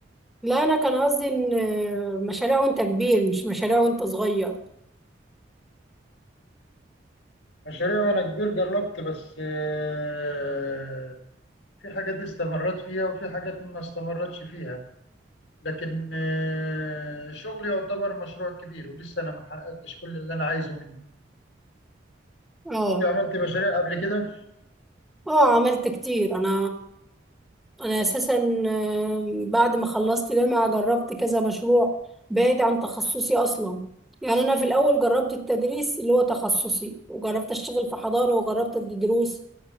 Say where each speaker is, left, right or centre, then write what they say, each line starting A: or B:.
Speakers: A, in the centre; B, on the left (about 75°).
A: لا انا كان قصدي ان مشاريع وانت كبير مش مشاريع وانت صغير
B: مشاريع وانا كبير جربت بس آه، في حاجات استمرت فيها وفي حاجات ما استمرتش فيها لكن آه، شغلي يعتبر مشروع كبير ولسه انا ما حققتش كل اللي انا عايزه منه
A: اه
B: انت عملت مشاريع قبل كده
A: اه عملت كتير انا انا اساسا آه، بعد ما خلصت جامعة جربت كذا مشروع بعيد عن تخصصي اصلا يعني انا في الاول جربت التدريس اللي هو تخصصي وجربت اشتغل في حضانة وجربت ادي دروس